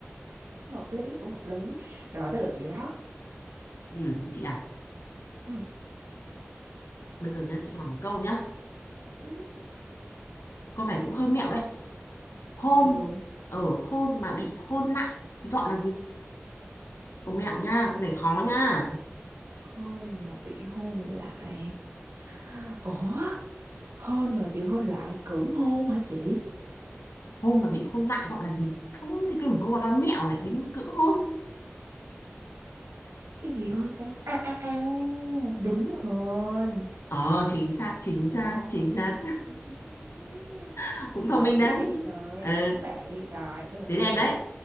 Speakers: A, on the right (about 85°); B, on the left (about 85°).
A: hợp lý cũng hợp lý rồi tới lượt chị đó
B: <laughs> ừ, chị à
A: ừ.
B: bây giờ nhá chị hỏi một câu nhá
A: ừ
B: câu này cũng hơi mẹo đấy hôn
A: ok luôn
B: ở hôn mà bị hôn lại thì gọi là gì câu mẹo nha câu này khó nha
A: hôn mà bị hôn lại ủa Hôn mà vì hôn lại cưỡng hôn hả chị?
B: hôn mà bị hôn lại gọi là gì không thì cứ câu đó mẹo lại đính cữ hôn
A: Cái gì hôn ta? À à à, đính hôn.
B: ờ chính xác chính xác
A: Không.
B: chính xác
A: <laughs>
B: <laughs> cũng
A: Quá
B: thông minh
A: dễ
B: đấy
A: với rồi,
B: ừ
A: đúng vậy. Rồi, tới lượt
B: đến
A: em.
B: em đấy